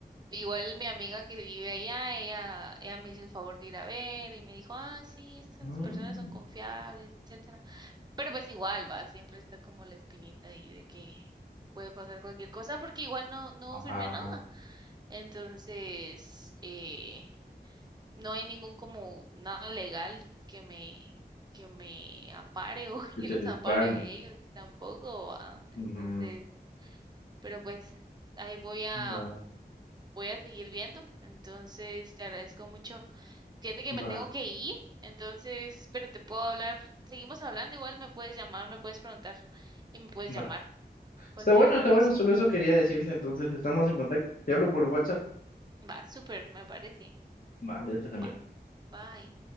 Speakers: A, on the right; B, on the left.
A: Igual mi amiga que vive allá, ella, ella me hizo el favor de ir a ver y me dijo, ah, sí, estas
B: Mm,
A: personas son confiables, etcétera. Pero pues igual va, siempre está como la espinita ahí de que puede pasar cualquier cosa porque igual no, no
B: Ajá,
A: firmé nada. Entonces, eh, no hay ningún como nada legal que me, que me ampare o <laughs>
B: que
A: que
B: te
A: los
B: respalde.
A: ampare a ellos tampoco, ¿va? Entonces,
B: Ujú,
A: pero pues ahí voy a
B: Va,
A: voy a seguir viendo. Entonces, te agradezco mucho. Fíjate que me
B: va,
A: tengo que ir, entonces, pero te puedo hablar. Seguimos hablando, igual me puedes llamar, me puedes preguntar y me puedes llamar
B: va.
A: cualquier
B: Está bueno,
A: otra
B: está
A: cosa.
B: bueno, solo eso quería decirte. Entonces, estamos en contacto. Te hablo por WhatsApp.
A: Va, súper, me parece.
B: Vale, hasta también.
A: Va, bye.